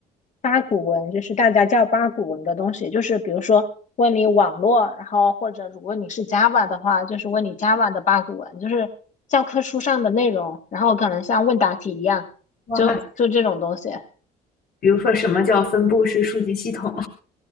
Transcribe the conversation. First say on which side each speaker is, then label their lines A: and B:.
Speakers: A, on the left; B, on the left.
A: 八股文就是大家叫八股文的东西，就是比如说问你网络，然后或者如果你是 Java 的话，就是问你 Java 的八股文，就是教科书上的内容，然后可能像问答题一样，
B: 哇，
A: 就就这种东西，
B: 比如说什么叫分布式数据系统？